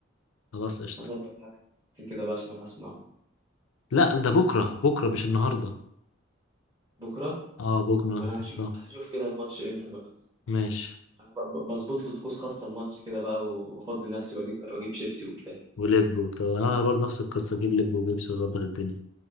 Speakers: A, on the left; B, on the right.
A: خلاص قشطة
B: هظبط نفسي كده بقى عشان اروح اسمعه
A: لا ده بكرة بكرة مش النهاردة
B: بكره
A: اه بكرة
B: ما انا هشوف
A: اه
B: هشوف كده الماتش امتى بقى
A: ماشي
B: انا ب- ب- بظبط له طقوس خاصه الماتش كده بقى وافضي نفسي واجيب واجيب شيبسي وبتاع
A: ولب وبتاع انا برضه نفس القصه
B: اه
A: اجيب لب وبيبسي واظبط الدنيا